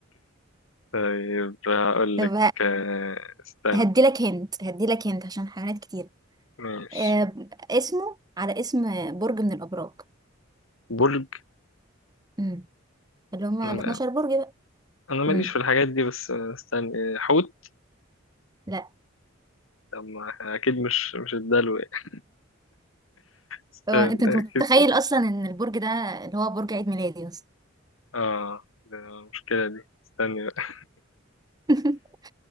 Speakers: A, on the left (about 85°); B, on the right (about 20°).
A: طيب هقول
B: طب
A: لك آه، استنى
B: هديلك هنت هديلك هنت عشان حيوانات كتير
A: ماشي
B: آه، اسمه على اسم برج من الابراج
A: برج
B: امم اللي هم ال
A: نعم.
B: 12 برج بقى
A: انا ماليش
B: امم
A: في الحاجات دي بس استنى حوت
B: لا
A: طب ما اكيد مش مش الدلو يعني استنى
B: هو انت أنت متخيل
A: اكيد
B: اصلا ان البرج ده اللي هو برج عيد ميلادي اصلا
A: اه ده المشكله دي استنى بقى
B: <laughs>